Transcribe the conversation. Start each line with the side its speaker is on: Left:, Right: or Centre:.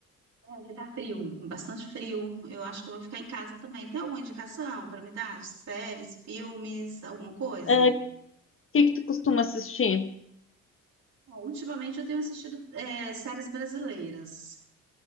Right: É, aqui tá frio, bastante frio. Eu acho que eu vou ficar em casa também. Tem alguma indicação para me dar? Séries, filmes, alguma coisa?
Left: É, o que que tu costuma assistir?
Right: Bom, ultimamente eu tenho assistido é, séries brasileiras.